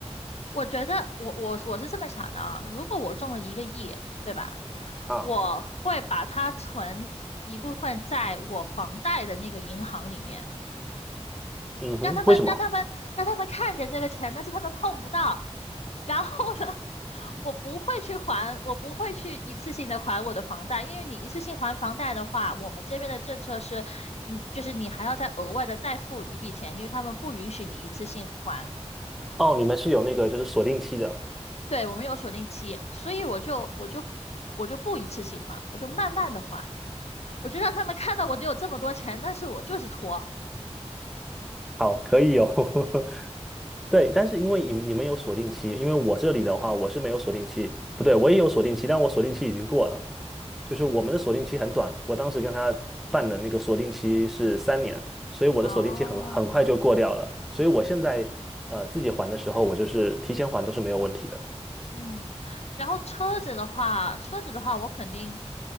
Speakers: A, on the left; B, in the centre.
A: 我觉得我我我是这么想的啊，如果我中了一个亿，对吧？
B: 啊，
A: 我会把它存一部分在我房贷的那个银行里面，
B: 嗯哼，
A: 让他们让他们让他们看见这个钱，
B: 为什么？
A: 但是他们碰不到。然后呢，<laughs> 我不会去还，我不会去一次性的还我的房贷，因为你一次性还房贷的话，我们这边的政策是，你就是你还要再额外的再付一笔钱，因为他们不允许你一次性还。
B: 哦，你们是有那个就是锁定期的。
A: 对，我们有锁定期，所以我就我就我就不一次性还，我就慢慢的还，我就让他们看到我只有这么多钱，但是我就是拖。
B: 好，可以有。<laughs> 对，但是因为你们你们有锁定期，因为我这里的话我是没有锁定期，不对，我也有锁定期，但我锁定期已经过了，就是我们的锁定期很短，我当时跟他办的那个锁定期是三年，所以我的锁定期很很快就过掉了，
A: 哦，
B: 所以我现在呃自己还的时候，我就是提前还都是没有问题的。
A: 嗯，然后车子的话，车子的话，我肯定，